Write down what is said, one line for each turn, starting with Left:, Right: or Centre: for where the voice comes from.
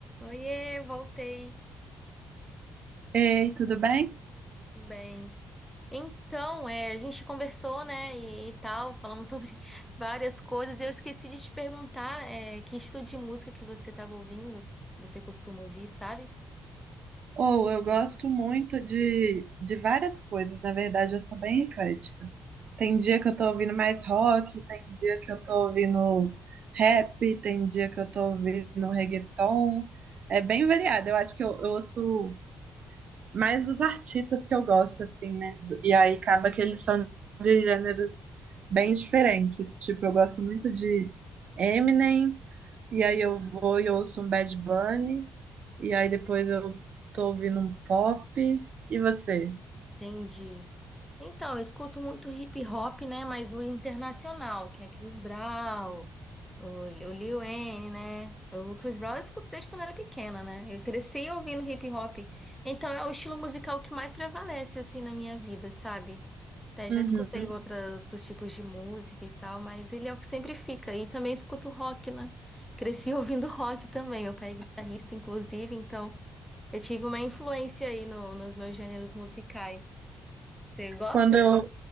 Centre: Oiê, voltei,
Right: Ei, tudo bem?
Centre: tudo bem? Então, é, a gente conversou, né, e, e tal, falamos sobre <laughs> várias coisas. E Eu esqueci de te perguntar, é, que estilo de música que você estava ouvindo, que você costuma ouvir, sabe?
Right: Ou eu gosto muito de, de várias coisas, na verdade, eu sou bem eclética. Tem dia que eu tô ouvindo mais rock, tem dia que eu tô ouvindo rap, tem dia que eu tô ouvindo reggaeton. É bem variado. Eu acho que eu, eu ouço mais os artistas que eu gosto, assim, né? E aí acaba que eles são de gêneros bem diferentes. Tipo, eu gosto muito de Eminem, E aí eu vou e ouço um Bad Bunny. E aí depois eu tô ouvindo um pop. E você?
Centre: Entendi. Então, eu escuto muito hip hop, né? Mas o internacional, que é Chris Brown, o, o Lil Wayne, né? O Chris Brown eu escuto desde quando era pequena, né? Eu cresci ouvindo hip hop. Então, é o estilo musical que mais prevalece, assim, na minha vida, sabe? Até já
Right: Uhum.
Centre: escutei outra, outros tipos de música e tal, mas ele é o que sempre fica. E também escuto rock, né? Cresci <laughs> ouvindo rock também. Meu pai é guitarrista, inclusive, então eu tive uma influência aí no- nos meus gêneros musicais. Você gosta
Right: Quando eu,